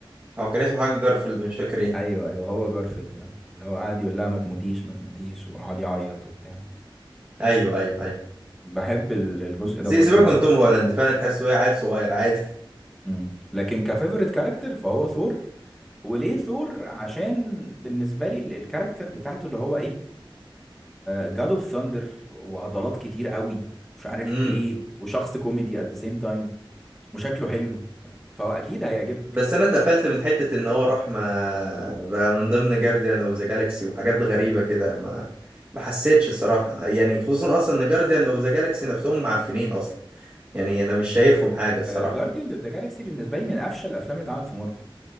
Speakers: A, on the right (about 25°); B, in the centre.
A: او كان اسمه حاجه جارفيلد مش فاكر ايه
B: ايوه ايوه هو جارفيلد ده اللي هو قاعد يقول لها ما تموتيش ما تموتيش وقعد يعيط وبتاع
A: ايوه ايوه ايوه
B: بحب ال- الجزء
A: سي-
B: ده برضه
A: سيبك
B: قوي
A: من توم هولاند فانا تحسه ايه عيل صغير عادي
B: مم. لكن كفيفوريت كاركتر فهو ثور وليه ثور عشان بالنسبه لي ال- الكاركتر بتاعته اللي هو ايه جاد اوف ثاندر وعضلات كتير قوي
A: <laughs>
B: مش عارف
A: امم
B: ايه وشخص كوميدي ات ذا سيم تايم وشكله حلو ف- فهو اكيد هيعجبك
A: بس انا اتقفلت من حته ان هو راح ما بقى من ضمن جارديان اوف ذا جالاكسي وحاجات غريبه كده ما ما حسيتش الصراحه يعني خصوصا اصلا ان جارديان اوف ذا جالاكسي نفسهم معفنين اصلا يعني انا مش شايفهم حاجه الصراحه
B: جارديان اوف ذا جالاكسي بالنسبه لي من افشل الافلام اللي اتعملت في مارفل